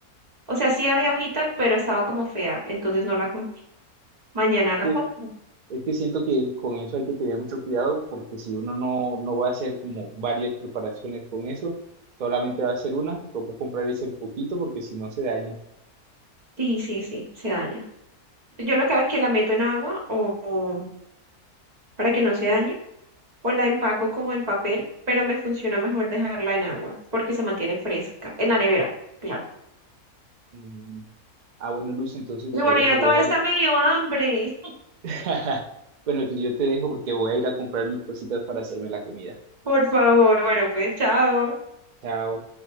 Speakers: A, on the right; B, on the right.
A: o sea, sí había hojita, pero estaba como fea, entonces no la compré. Mañana la
B: Sí,
A: compro.
B: Es que siento que con eso hay que tener mucho cuidado porque si uno no, no va a hacer como varias preparaciones con eso, solamente va a hacer una, toca comprar ese poquito porque si no se daña.
A: Sí, sí, sí, se daña. Yo lo que hago es que la meto en agua o... para que no se dañe, o la empaco como en papel, pero me funciona mejor dejarla en agua porque se mantiene fresca, en la nevera, claro.
B: Mm, Ah, bueno, Luz, entonces
A: Y
B: te
A: bueno,
B: dejo,
A: ya
B: voy
A: toda
B: a
A: esta
B: ir
A: me dio hambre.
B: <laughs> Bueno, pues yo te dejo porque voy a ir a comprar mis cositas para hacerme la comida.
A: <laughs> Por favor, bueno, pues chao.
B: Chao.